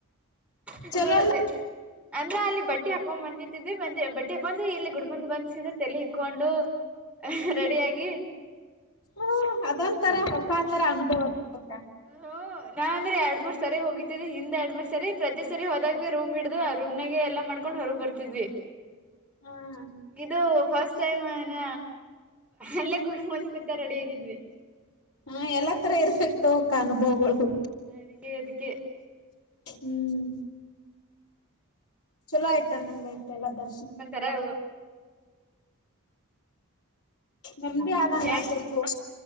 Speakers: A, in the centre; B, on the left.
A: <unintelligible>
B: ಚಲೋ ಇಲ್ಲ
A: ಅಂದ ಅಲ್ಲಿ ಬಟ್ಟೆ ಹಾಕೊಂಡ್ ಬಂದಿದ್ವಿ ಬಂದ ಬಟ್ಟಿ ಹಾಕೊಂಡು ಇಲ್ಲಿ ಗುಡ ಮುಂದ ಬಂದಸಿದ ತೆಲೆ ಇಕ್ಕೊಂಡು ಹ ರೆಡಿಯಾಗಿ
B: ಹ್ಮ್ ಅದೊಂತರ ಹೊಸಾ ತರ ಅನುಭವ ಕೊಡತ್ತ.
A: ಹ ಹೋ ನಾ ಅಂದ್ರೆ ಎರಡ್ ಮೂರ್ ಸರಿ ಹೋಗಿದ್ದ್ ಹಿಂದ್ ಎರಡ್ ಮೂರ್ ಸರಿ ಪ್ರತಿ ಸರಿ ಹೋದಾಗ ಬಿ ರೂಮ್ ಹಿಡ್ದ ಆ ರೂಮ್ನಾಗ ಎಲ್ಲಾ ಮಾಡ್ ರಕೊಂಡ್ ಹೋಗಿ ಬರ್ತಿದ್ವಿ.
B: ಹ್ಮ್
A: ಇದು ಫಸ್ಟ್ ಟೈಮ್ ನ ಅಲ್ಲೇ ಗುಡಿ ಮುಂದ ಕುತ ರೆಡಿಯಾಗಿದ್ವಿ.
B: ಹಾ ಎಲ್ಲಾ ತರ ಇರ್ಬೇಕ್ ತೋಕ್ಕ ಅನುಭವಗಳು.
A: ಅದಿಕ್ಕೆ ಅದಿಕ್ಕೆ.
B: ಹ್ಮ್ ಚಲೋ ಆಯತ ಅಂನಂಗಾಯ್ತಲ್ಲ ದರ್ಶನ
A: ಅ
B: ನಮಗೇ ಆದಂಗಾತೈತ್
A: ಹೆಂಗ
B: ನೋ